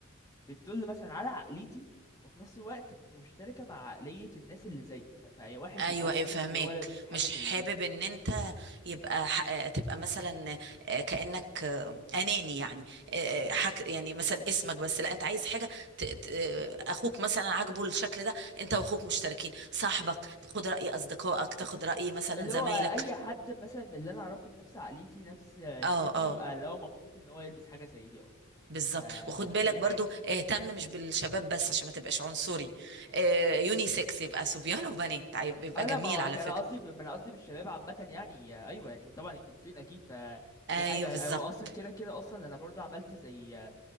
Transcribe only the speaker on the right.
ايوه
ايه فهمك
مش
حابب
ان انت يبقى ح... آه، تبقى مثلا آه، كانك آه، اناني يعني آه، آه، حك... يعني مثلا اسمك بس لا انت عايز حاجه ت... ت... آه، اخوك مثلا عاجبه الشكل ده انت واخوك مشتركين صاحبك تاخد راي اصدقائك تاخد راي مثلا
زمايلك
اه
اه
بالظبط
وخد بالك
برضو
اهتم مش بالشباب بس عشان ما تبقاش عنصري آه، يونيسكس يبقى صبيان وبنات عيب- يبقى
جميل
على
فكرة
ايوه
بالظبط